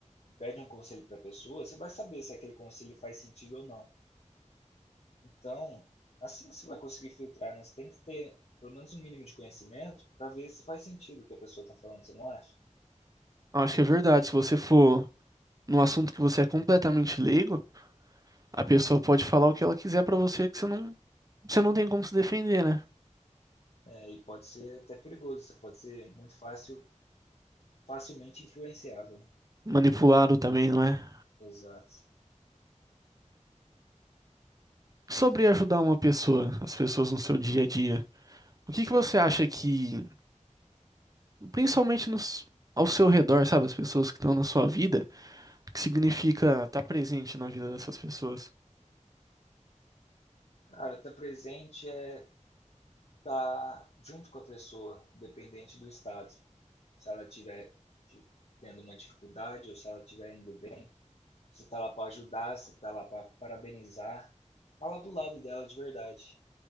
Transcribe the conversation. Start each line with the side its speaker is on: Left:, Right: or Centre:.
Left: e pede um conselho para a pessoa, você vai saber se aquele conselho faz sentido ou não. Então, assim que você vai conseguir filtrar, né? Você tem que ter pelo menos um mínimo de conhecimento para ver se faz sentido o que a pessoa está falando, você não acha?
Right: Eu Acho que é verdade. Se você for num assunto que você é completamente leigo, A pessoa pode falar o que ela quiser pra você que você não, você não tem como se defender, né?
Left: É, e pode ser até perigoso, você pode ser muito fácil, facilmente influenciável. Né?
Right: Manipulado também, não é?
Left: Exato.
Right: Sobre ajudar uma pessoa, as pessoas no seu dia a dia, o que que você acha que, principalmente nos, ao seu redor, sabe, as pessoas que estão na sua vida, o que significa estar presente na vida dessas pessoas?
Left: Cara, estar tá presente é estar tá junto com a pessoa, dependente do estado. Se ela tiver tendo uma dificuldade ou se ela estiver indo Você está lá para ajudar, você está lá para parabenizar. Fala do lado dela de verdade,